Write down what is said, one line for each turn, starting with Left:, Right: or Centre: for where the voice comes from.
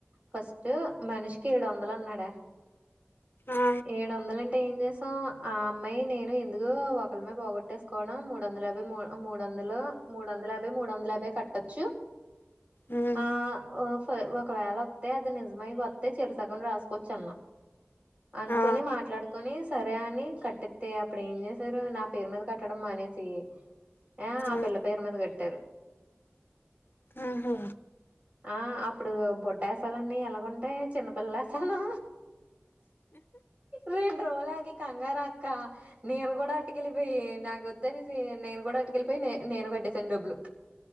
Right: ఫస్ట్ మనిషికి ఏడు వందలు అన్నాడా
Left: ఆ
Right: ఏడు వందలన్ అంటే ఏం చేసాం. ఆ అమ్మాయి నేను ఎందుకు ఒకరిమే పోగొట్టేసుకోవడం. మూడు వందల యాభై మూడు వందలు మూడు వందల యాభై మూడు వందల యాభై కట్టొచ్చు
Left: ఉమ్
Right: ఆ ఒ ఒకవేళ వత్తే అది నిజమై వత్తే చెరుసగం రాసుకోచ్చు అన్న అనుకొని
Left: ఆ
Right: మాట్లాడుకొనిస్ సరే అని కట్టెతే అప్పుడు ఏం చేసారు. నా పేరు మీద కట్టడం మానేసి ఆ
Left: ఉమ్
Right: ఆ పిల్ల పేరు మీద కట్ బట్టారు
Left: ఆహా
Right: ఆ అప్పుడు బొడ్డ ఏసాలన్నీ ఎలాగుంటాయ్ చిన్నపిల్ల వేసాలు మీ డ్రోల్ ఆగి కంగార క నేను కూడా అటుకెళ్ళిపోయి నాకు వద్దనేసి నేను కూడా అటుకెళ్ళిపోయి నేను గడ్ సెన్డబ్లు